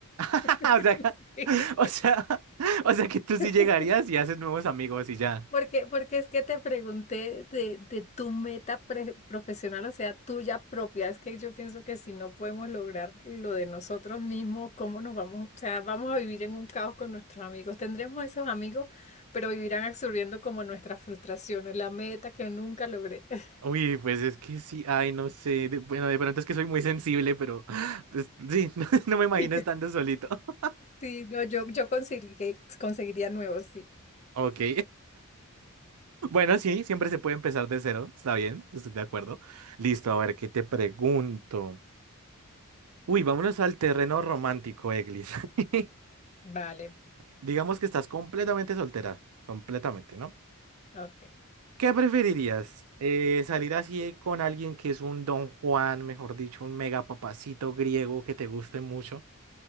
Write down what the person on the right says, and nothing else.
<laughs>
O sea, o sea, o sea que tú sí
llegarías y haces nuevos amigos y ya.
Uy, pues es que sí, ay, no sé, de- bueno, de pronto es que soy muy sensible, pero <laughs> pues, sí, <laughs> no, no me imagino
estando solito. <laughs>
Ok, <laughs> bueno, sí, siempre se puede empezar de cero, está bien, estoy de acuerdo. Listo, a ver, ¿qué te pregunto? Uy, vámonos al terreno romántico, Eglis. <laughs>
Digamos que estás completamente soltera, completamente, ¿no?
¿Qué preferirías? Eh, ¿salir así con alguien que es un Don Juan, mejor dicho, un mega papacito griego que te guste mucho?